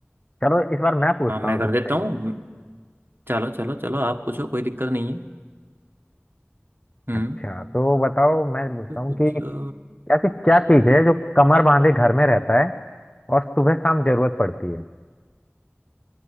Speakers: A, on the left; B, on the right.
A: चलो इस बार मैं पूछता
B: हाँ मैं
A: हूँ
B: कर
A: तुमसे
B: देता हूँ चलो चलो चलो आप पूछो कोई दिक्कत नहीं है हम्म
A: अच्छा तो बताओ मैं पूछता
B: तो
A: हूँ
B: कुछ
A: कि
B: अ,
A: ऐसी क्या चीज़ है जो कमर बांधे घर में रहता है और सुबह शाम जरूरत पड़ती है